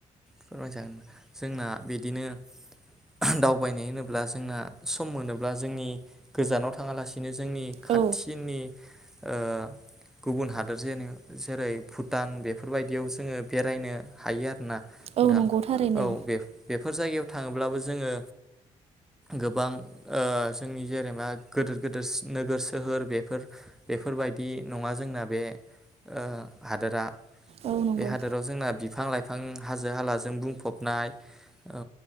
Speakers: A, in the centre; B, on the right (about 40°).
A: फोरमायजागोन जोंना बिदिनो ओ-हो दावबायनाय होनोब्ला जोंना सम मोनोब्ला जोंनि गोजानाव थाङालासिनो जोंनि खाथिनि
B: औ
A: ओ गुबुन हादोरजे जेरै भुटान बेफोरबायदियाव जोङो बेरायनो हायो आरो ना। नोंथां
B: औ नंगौ थारैनो
A: औ बेफोर बेफोर जायगायाव। थाङोब्लाबो जोङो गोबां ओ जोंनि जेनेबा गोदोर गोदोर सो नोगोर सोहोर बेफोर बेफोरबायदि नङा जोंना बे ओ हादोरा।
B: औ नंगौ
A: बे हादोराव जोंना बि बिफां लाइफां हाजो हालाजों बुंफबनाय औ